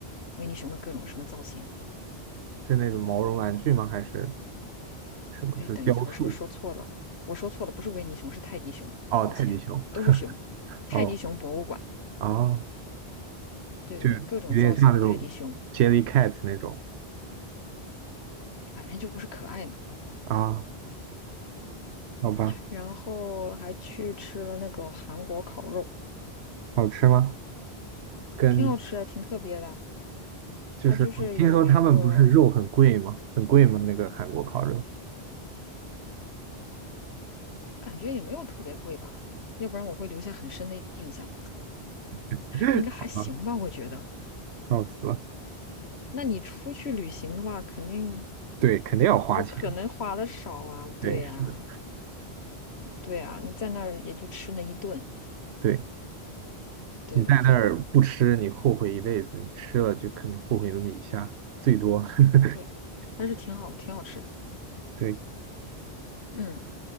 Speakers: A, on the left; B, on the right.
A: 维尼熊的各种什么造型。
B: 是那种毛绒玩具吗？还是什么？
A: 哎，
B: 就是雕塑？
A: 等一下，我是不是说错了？我说错了，不是维尼熊，是泰迪熊，
B: 哦，
A: 抱歉，
B: 泰迪熊。
A: 都是熊。泰迪熊博物馆，
B: 哦，哦，
A: 对对对，
B: 就有点像那种
A: 各种造型的泰迪熊，
B: Jellycat 那种
A: 反正就是可爱嘛。
B: 啊？好吧，
A: 然后还去吃了那个韩国烤肉，
B: 好吃吗？跟
A: 挺好吃的，挺特别的。
B: 就是我听说他们不是肉很贵吗？
A: 它就是有一个，我
B: 很贵吗？那个韩国烤肉？
A: 感觉也没有特别贵吧，要不然我会留下很深的印象。
B: <laughs>
A: 应该还行吧，
B: 好吧，
A: 我觉得。
B: 笑死了。
A: 那你出去旅行的话，肯定
B: 对，肯定要花钱。
A: 不可能花的少啊，对呀，
B: 对，是的，
A: 对呀，你在那儿也就吃那一顿，
B: 对
A: 对对对
B: 你在那儿不吃，你后悔一辈子；你吃了，就可能后悔那么一下，最多。<laughs>
A: 对，还是挺好，挺好吃的，
B: 对
A: 嗯。